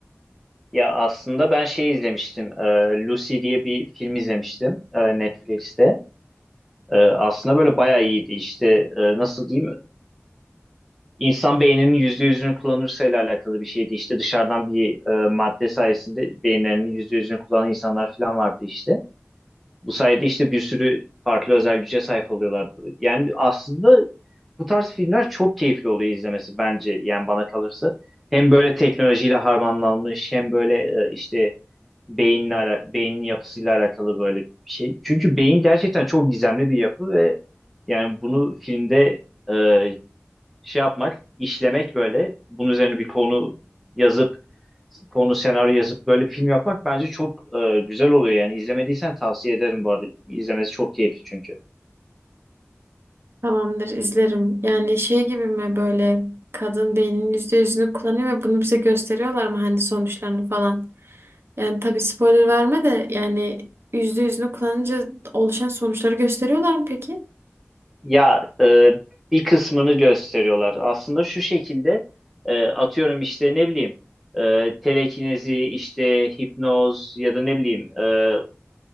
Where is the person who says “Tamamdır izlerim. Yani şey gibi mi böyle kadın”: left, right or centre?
Right